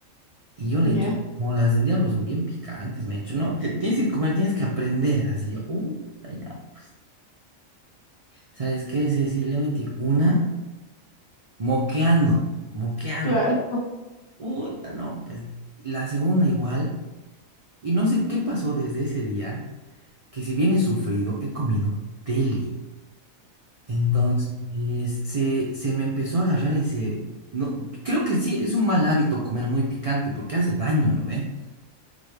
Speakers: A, on the right; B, on the left.
A: Y yo le
B: ya,
A: he dicho, no, las del diablo son bien picantes, me he dicho, no, te- tienes que comer, tienes que aprender. Así yo, uh, ya, pues, ¿sabes qué? Sí, sí, le metí una moqueando, moqueando.
B: claro, <laughs>
A: Puta, no, pues, la segunda igual. Y no sé qué pasó desde ese día que si bien he sufrido, he comido deli. Entonces, se, se me empezó a agarrar ese... No, creo que sí, es un mal hábito comer muy picante porque hace daño, ¿no ve?